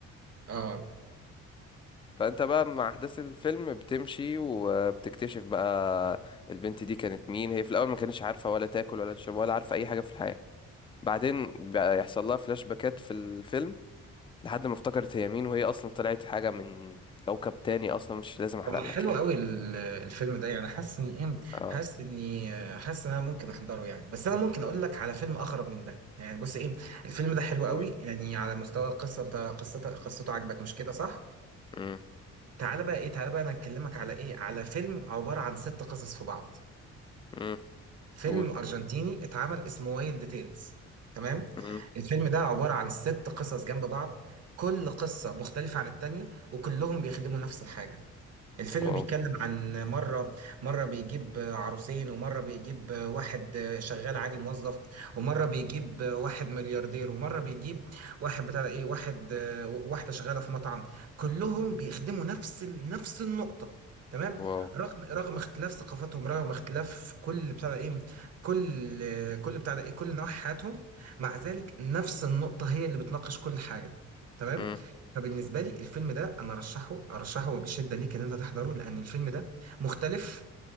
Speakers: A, on the right (about 55°); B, on the left (about 15°).
A: اه
B: فانت بقى مع احداث الفيلم بتمشي وبتكتشف بقى البنت دي كانت مين هي في الاول ما كانتش عارفه ولا تاكل ولا تشرب ولا عارفه اي حاجه في الحياه بعدين بقى يحصل لها فلاش باكات في الفيلم لحد ما افتكرت هي مين وهي اصلا طلعت حاجه من كوكب تاني اصلا مش لازم احرق
A: طب ما حلو
B: لك يعني
A: قوي ال- الفيلم ده يعني حاسس اني ايه
B: اه
A: حاسس اني آه، حاسس ان انا ممكن احضره يعني بس انا ممكن اقول لك على فيلم اغرب من ده يعني بص ايه الفيلم ده حلو
B: قول
A: قوي يعني على مستوى القصه انت قصته قصته عجبك مش كده صح
B: امم
A: تعالى بقى ايه تعالى بقى انا هكلمك على ايه على فيلم عبارة عن ست قصص في بعض
B: امم
A: فيلم
B: قول
A: أوه. ارجنتيني اتعمل اسمه وايلد تيلز تمام
B: امم
A: الفيلم ده عبارة عن ست قصص جنب بعض كل قصة مختلفة عن التانية وكلهم بيخدموا نفس الحاجة الفيلم
B: واو
A: بيتكلم عن مرة مرة بيجيب عروسين ومرة بيجيب واحد شغال عادي موظف ومرة بيجيب واحد ملياردير ومرة بيجيب واحد بتاع ده ايه واحد واحدة شغالة في مطعم كلهم بيخدموا نفس ال- نفس النقطة تمام
B: واو
A: رغم رغم اختلاف ثقافاتهم رغم اختلاف كل بتاع ده ايه كل كل بتاع ده ايه كل نواحي حياتهم مع ذلك نفس النقطة هي اللي بتناقش كل حاجة تمام
B: امم
A: فبالنسبة لي الفيلم ده أنا أرشحه أرشحه بشدة ليك إن أنت تحضره لأن الفيلم ده مختلف